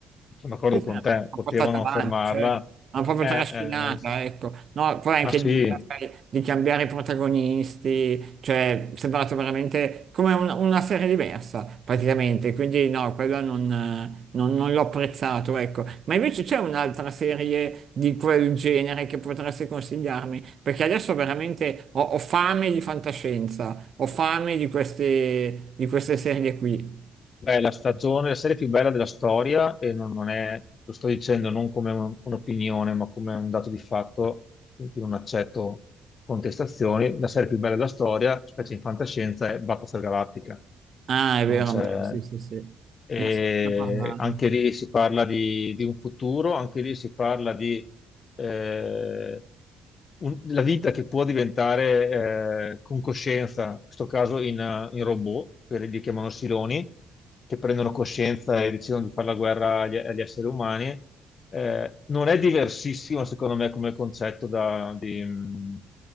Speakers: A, on the left; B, on the right.
A: sono d'accordo
B: Sì,
A: con
B: sì, L'hanno
A: te, potevano
B: portata avanti,
A: fermarla,
B: cioè, l'hanno proprio
A: Eh,
B: trascinata,
A: eh,
B: ecco. No, poi anche
A: ma sì,
B: l'idea, sai, di cambiare i protagonisti, cioè, è sembrato veramente come un- una serie diversa, praticamente. Quindi no, quello non, non- non l'ho apprezzato, ecco. Ma invece c'è un'altra serie di quel genere che potresti consigliarmi? Perché adesso veramente ho, ho fame di fantascienza, ho fame di queste, di queste serie qui.
A: Beh, la stagione, la serie più bella della storia, e non, non è, lo sto dicendo non come un- un'opinione, ma come un dato di fatto, in cui non accetto contestazioni, la serie più bella della storia, specie in fantascienza, è Battlestar Galactica.
B: Ah, è
A: Non
B: vero,
A: c'è...
B: sì, sì, sì. Ne
A: E
B: ho sentito parlare.
A: anche lì si parla di, di un futuro, anche lì si parla di eh, un- la vita che può diventare eh, con coscienza, in questo caso in, eh, in robot, quelli li chiamano siloni, che prendono coscienza e decidono di fare la guerra agli, agli esseri umani, eh, non è diversissimo, secondo me, come concetto da, di, mh,